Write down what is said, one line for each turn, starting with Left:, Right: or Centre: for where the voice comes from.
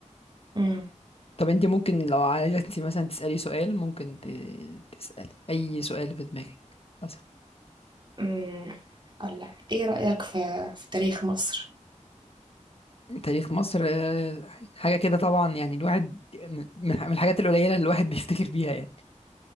Right: مم.
Left: طب انت ممكن لو عايزه انت مثلا تسالي سؤال ممكن ت- تسالي اي سؤال في دماغك بس.
Right: مم. أقول لك إيه رأيك في في تاريخ مصر؟
Left: تاريخ مصر آه، حاجة كده طبعا يعني الواحد من من الحاجات القليلة اللي الواحد <laughs> بيفتكر بيها يعني